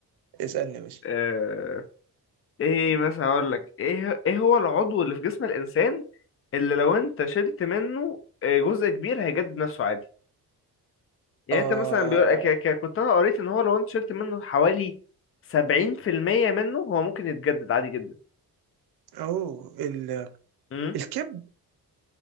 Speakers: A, on the right; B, on the left.
A: اسألني يا باشا
B: آه، ايه مثلا هقول لك ايه ايه هو العضو اللي في جسم الانسان اللي لو انت شلت منه آه، جزء كبير هيجدد نفسه عادي يعني
A: آه
B: انت مثلا بيقول ك... ك... كنت انا قريت ان هو لو انت شلت منه حوالي 70% منه هو ممكن يتجدد عادي جدا
A: أهو ال-
B: امم
A: الكبد